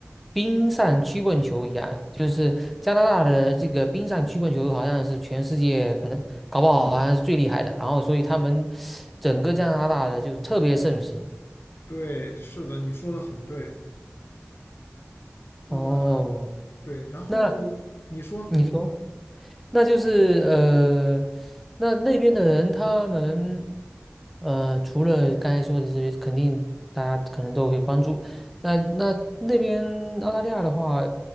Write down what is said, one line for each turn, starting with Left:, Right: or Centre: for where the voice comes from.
Centre: 冰上曲棍球一样，就是加拿大的这个冰上曲棍球好像是全世界可能搞不好好像是最厉害的，然后所以他们整个加拿大的就特别盛行。
Left: 对，是的，你说的很对。呃，
Centre: 哦，
Left: 对，然后你说。
Centre: 那你说？那就是呃，那那边的人他们呃，除了刚才说的这些，肯定大家可能都会关注。那那那边澳大利亚的话，